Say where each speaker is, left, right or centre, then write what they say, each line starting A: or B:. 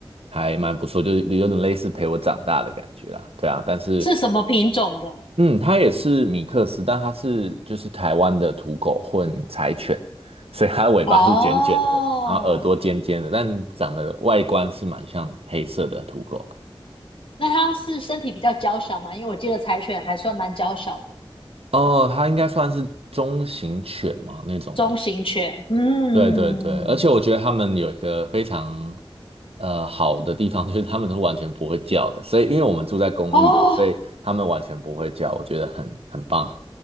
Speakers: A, on the right; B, on the left.
A: 还蛮不错，就是有点类似陪我长大的感觉啦，对啊，但是，
B: 是什么品种的？
A: 嗯，它也是米克斯，但它是就是台湾的土狗混柴犬，所以它的尾巴是卷卷的，
B: 哦，
A: 然后耳朵尖尖的，但长得外观是蛮像黑色的土狗啊
B: 那它是身体比较娇小嘛？因为我记得柴犬还算蛮娇小的，
A: 哦，它应该算是中型犬嘛那种的。
B: 中型犬。嗯嗯嗯，
A: 对对对，而且我觉得他们有一个非常
B: 嗯
A: 呃好的地方，就是他们都完全不会叫的，所以因为我们住在公寓里，
B: 哦，
A: 所以他们完全不会叫，我觉得很很棒。